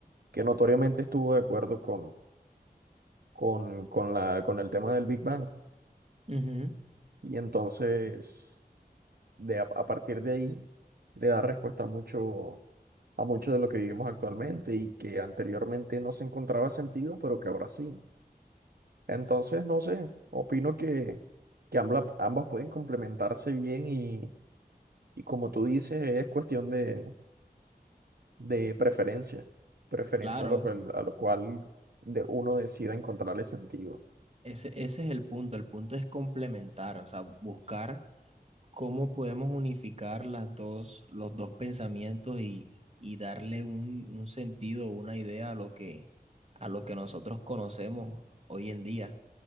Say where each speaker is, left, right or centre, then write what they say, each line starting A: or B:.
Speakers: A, on the right; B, on the right.
A: que notoriamente estuvo de acuerdo con, con, con la, con el tema del Big Bang
B: Ujú.
A: y entonces de, a a partir de ahí le da respuesta a mucho. a mucho de lo que vivimos actualmente y que anteriormente no se encontraba sentido, pero que ahora sí. Entonces, no sé, opino que, que ambla- ambas pueden complementarse bien y, y como tú dices, es cuestión de, de preferencia, preferencia
B: claro.
A: a lo cual, a lo cual de uno decida encontrarle sentido.
B: Ese, ese es el punto. El punto es complementar, o sea, buscar cómo podemos unificar las dos, los dos pensamientos y, y darle un, un sentido, una idea a lo que, a lo que nosotros conocemos hoy en día.